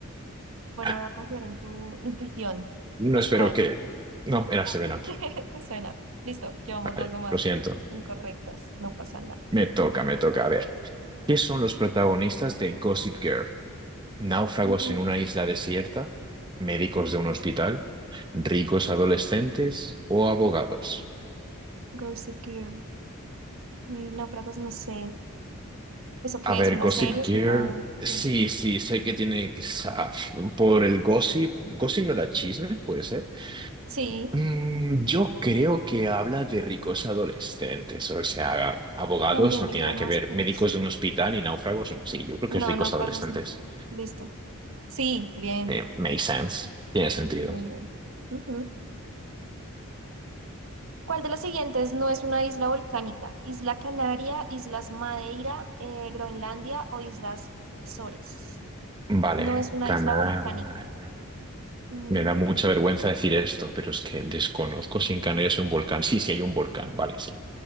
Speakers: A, on the right; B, on the right.
A: Bueno,
B: Ah,
A: voy a confiar en tu intuición.
B: No
A: Sprite.
B: espero que... No, era Seven
A: <laughs>
B: Up.
A: Suena. Listo, llevamos
B: Vale,
A: dos nomás.
B: lo siento.
A: Incorrectas, no pasa nada.
B: Me toca, me toca. A ver, ¿qué son los protagonistas de Gossip Girl? Náufragos
A: Ujú.
B: en una isla desierta, médicos de un hospital, ricos adolescentes o abogados.
A: Gossip Girl. Eh, Náufragos, no sé. ¿Eso qué
B: A ver,
A: es? ¿Una
B: Gossip
A: serie? ¿Es
B: Girl...
A: una...?
B: Sí,
A: ¿Qué?
B: sí, sé que tiene... ah, Por el gossip... ¿Gossip no era chisme? ¿Puede ser?
A: Sí,
B: Mm, Yo creo que habla de ricos adolescentes, o sea, abogados
A: también
B: no
A: me
B: tiene
A: iría
B: nada
A: más
B: que ver,
A: por
B: médicos
A: eso.
B: de un hospital y náufragos, no. Sí, yo creo
A: No,
B: que es ricos
A: náufragos
B: adolescentes.
A: no. Listo. Sí, bien,
B: Eh, makes sense, tiene sentido.
A: bien, bien. Ujú. ¿Cuál de las siguientes no es una isla volcánica? ¿Isla Canaria, Islas Madeira, eh, Groenlandia o Islas Azores?
B: Vale,
A: No es una
B: canal.
A: isla volcánica. Mm,
B: Me da mucha vergüenza decir esto, pero es que desconozco si en Canarias hay un volcán. Sí, sí hay un volcán, vale, sí.